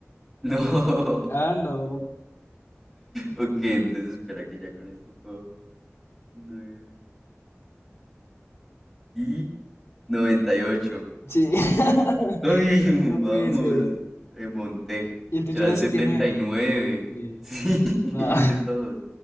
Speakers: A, in the centre; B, on the left.
A: No.
B: Ah,
A: <laughs>
B: no.
A: Ok, entonces espera que ya con esto puedo. nueve y, noventa y ocho
B: Sí. <laughs>
A: Uy,
B: No
A: <laughs> vamos,
B: puede ser.
A: remonté.
B: ¿Y el tuyo
A: Era
B: era
A: el
B: setenta
A: setenta
B: y nueve
A: y nueve.
B: Sí.
A: Sí,
B: No.
A: <laughs> viste todos.